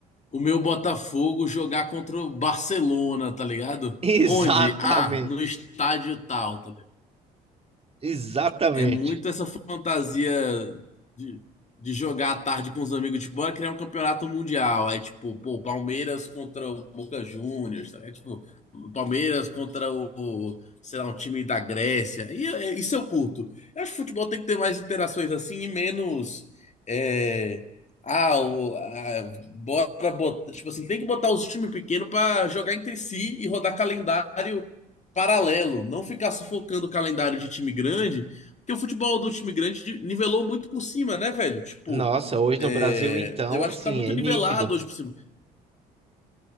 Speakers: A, on the left; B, on the right.
A: o meu Botafogo jogar contra o Barcelona, tá ligado?
B: <laughs> Exatamente.
A: Onde? Ah, no estádio tal, tá
B: Exatamente.
A: É muito essa fantasia de, de jogar à tarde com os amigos, tipo, bora criar um campeonato mundial. Aí, tipo, pô, Palmeiras contra o Boca Juniors, tá? É, tipo, Palmeiras contra o, o, sei lá, um time da Grécia. E, é, isso eu curto. Eu acho que futebol tem que ter mais interações assim e menos. é, ah, o, ah, bora botar. Tipo assim, tem que botar os times pequenos pra jogar entre si e rodar calendário paralelo. Não ficar sufocando o calendário de time grande porque o futebol do time grande de- nivelou muito por cima, né, velho? Tipo,
B: Nossa, hoje
A: é,
B: no Brasil, então,
A: eu
B: assim,
A: acho que tá muito
B: é
A: nivelado
B: nítido.
A: hoje por cima.